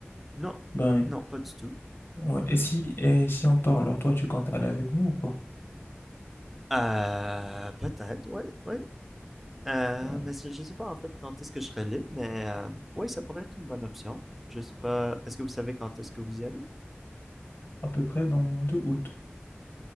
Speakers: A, in the centre; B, on the left.
A: Non,
B: Ben,
A: non, pas du tout.
B: ouais, et si, et si on part, alors toi, tu comptes aller avec nous ou pas?
A: Euh, peut-être, oui, oui. Euh,
B: Ben,
A: mais je sais pas en fait quand est-ce que je serai libre, mais euh, oui, ça pourrait être une bonne option. Je sais pas, est-ce que vous savez quand est-ce que vous y allez?
B: à peu près dans le mois de août.